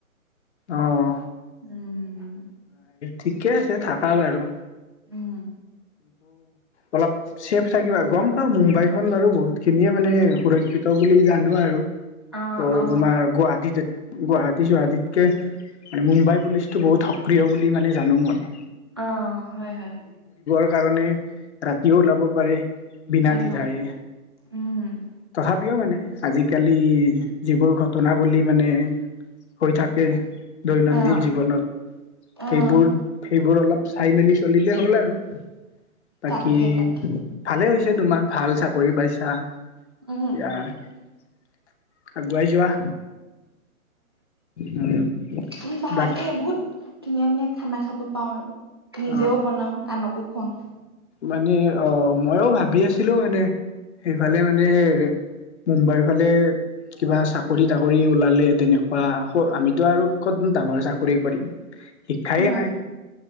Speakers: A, on the left; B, on the right.
A: অঁ।
B: উম।
A: ঠিকে আছে থাকা বাৰু।
B: উম।
A: অলপ ছেফ থাকিবা গম পাওঁ মুম্বাই খন বাৰু বহুত খিনিয়ে মানে সুৰক্ষিত বুলি। বুলি জানো আৰু
B: অ
A: ত'
B: অ
A: তোমাৰ গুৱাহাটীত। গুৱাহাটী চুৱাহাটীতকে মানে মুম্বাই পুলিচতটো বহুত সক্ৰিয় বুলি মানে জানো মানে।
B: অ হয় হয়
A: কাৰণে ৰাতিও ওলাব পাৰে বিনা
B: অ
A: দি্ব ঠাই
B: উম।
A: তথাপি। মানে আজিকালি যিবোৰ ঘটনা বুলি মানে হৈ থাকে। দৈনন্দিন
B: অ',
A: জীৱনত
B: অ',
A: সেইবোৰ সেইবোৰ অলপ। চাই মেলি চলিলে হ'ল আৰু বাকী
B: তাকে তাকে
A: ভালে হৈছে তোমাৰ ভাল চাকৰি পাইছা?
B: উম,
A: এতিয়া আগুৱাই যোৱা। উম
B: উম ভালেই
A: বাক
B: বহুত ধুনীয়া ধুনীয়া। খানা খাব পাওঁ আৰু নিজেও
A: অ
B: বনাও আনকো খুৱাওঁ
A: মানে অ মইও ভাবি আছিলো মানে সেইফালে মানে। মুম্বাইৰ ফালে। কিবা চাকৰি তাকৰি ওলালে তেনেকুৱা আমিতো আৰু কত ডাঙৰ চাকৰি কৰিম শিক্ষাইয়ে
B: অ
A: নাই